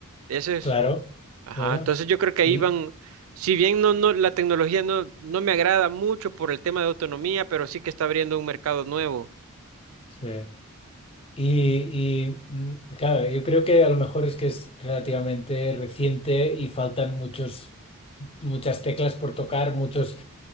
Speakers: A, on the right; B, on the left.
A: Ese es
B: Claro,
A: Ajá,
B: claro.
A: entonces yo creo que
B: Y,
A: ahí van, si bien no, no, la tecnología no, no me agrada mucho por el tema de autonomía, pero sí que está abriendo un mercado nuevo.
B: sí. Y, y, mm, claro, yo creo que a lo mejor es que es relativamente reciente y faltan muchos, muchas teclas por tocar, muchos